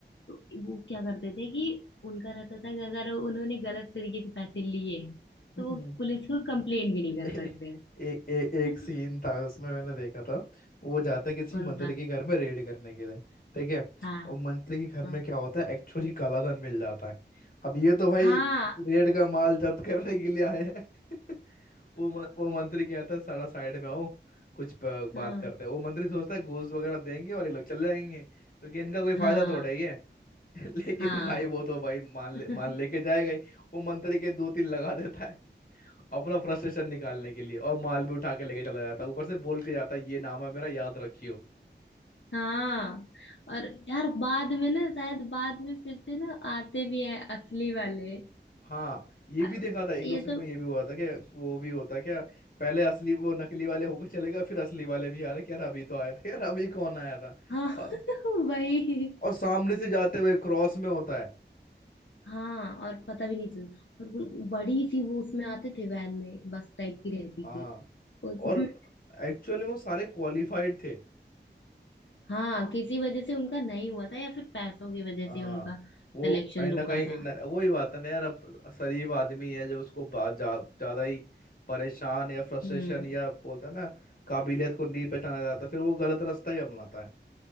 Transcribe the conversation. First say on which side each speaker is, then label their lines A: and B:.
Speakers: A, on the left; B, on the left.
A: तो वो क्या करते थे कि उनका रहता था कि अगर उन्होंने गलत तरीके से पैसे लिए
B: हम्म
A: तो वो पुलिस को कंप्लेन भी नहीं
B: <laughs> ए,
A: कर सकते
B: ए, ए, एक
A: <laughs>
B: सीन था उसमें मैंने देखा था वो जाता है किसी
A: कौन
B: मंत्री
A: सा
B: के घर में रेड करने के लिए ठीक है
A: हाँ
B: और मंत्री के घर
A: हाँ
B: में क्या होता है एक्चुअली कालाधन मिल जाता है अब ये तो भाई
A: हाँ
B: रेड का माल जब्त करने के लिए आए हैं <laughs> वो म, वो मंत्री कहता है सारा साइड में आओ कुछ प- बात
A: हाँ
B: करते हैं वो मंत्री सोचता है घूस वगैरह देंगे और ये लोग चले जाएंगे क्योंकि इनका कोई फायदा
A: हाँ
B: थोड़ा ही है <laughs> लेकिन
A: हाँ
B: भाई वो तो भाई माल
A: <laughs>
B: ले, माल लेके जाएगा ही वो मंत्री के दो तीन लगा देता है अपना फ्रस्ट्रेशन निकालने के लिए और माल भी उठा के लेके चला जाता है ऊपर से बोल के जाता है ये नाम है मेरा याद रखियो
A: हाँ और यार बाद में ना शायद बाद में फिर से ना आते भी हैं असली वाले
B: हाँ ये
A: आ-
B: भी देखा था एक
A: ये
B: दो सीन
A: तो
B: में ये भी हुआ था कि वो भी होता है क्या पहले असली वो नकली वाले होकर चले गए फिर असली वाले भी आ रहे कि यार अभी तो आए थे यार अभी कौन आया था
A: हाँ
B: और,
A: <laughs> वही
B: और सामने से जाते हुए क्रॉस में होता है
A: हाँ और पता भी नहीं चलता और वो बड़ी सी वो उसमें आते थे वैन में बस टाइप की रहती
B: हाँ
A: थी उसमें
B: और एक्चुअली में वो सारे क्वालिफाइड थे
A: हाँ किसी वजह से उनका नहीं हुआ था या फिर पैसों की वजह
B: हाँ
A: से उनका
B: वो
A: सिलेक्शन
B: कहीं ना
A: रुका
B: कहीं
A: था
B: इन वही बात है ना यार अब शरीफ आदमी है जो उसको बात जा, ज्यादा ही परेशान या फ्रस्ट्रेशन
A: हम्म
B: या बोलते हैं ना काबिलियत को नहीं पहचाना जाता फिर वो गलत रास्ता ही अपनाता है